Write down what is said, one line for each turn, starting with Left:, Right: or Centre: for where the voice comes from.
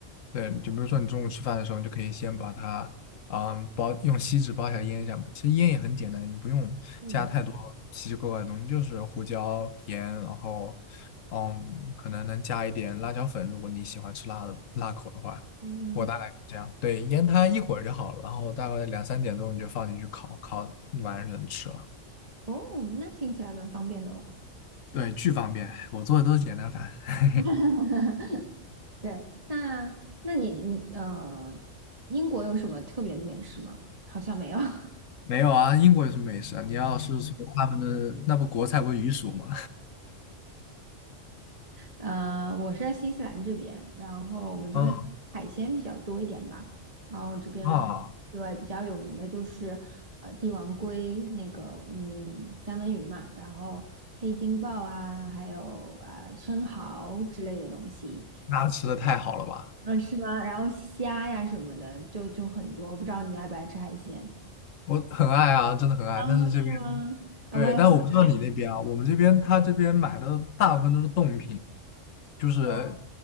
Left: 对，就比如说你中午吃饭的时候，你就可以先把它，嗯，包用锡纸包起来腌一下嘛。其实腌也很简单，你不用加太多奇奇怪怪的东西，
Right: 嗯
Left: 就是胡椒、盐，然后，嗯，可能能加一点辣椒粉，如果你喜欢吃辣的辣口的话。
Right: 嗯，
Left: 我大概是这样，对，腌它一会儿就好了，然后大概两三点钟你就放进去烤，烤完了就能吃了。
Right: 哦，那听起来蛮方便的哦。
Left: 对，巨方便，我做的都是简单饭。<laughs>
Right: <laughs> 对，那那你你呃，英国有什么特别的美食吗？好像没有。<laughs>
Left: 没有啊，英国有什么美食啊？你要是说他们的那不国菜不是鱼薯吗？
Right: 呃，我是在新西兰这边，然后我们这边海鲜比较多一点吧，
Left: 嗯
Right: 然后这边可对比较有名的就是呃帝王鲑那个嗯三文鱼嘛，
Left: 啊。
Right: 然后黑金鲍啊，还有啊、生蚝之类的东西，
Left: 那吃的太好了吧？
Right: 嗯是吗？然后虾呀什么的就就很多，不知道你爱不爱吃海鲜？
Left: 我很爱啊，真的很爱。
Right: 哦，
Left: 但是这边
Right: 是吗？啊，
Left: 对，
Right: 我也很爱。
Left: 但我不知道你那边啊，我们这边他这边买的大部分都是冻品，就是
Right: 哦，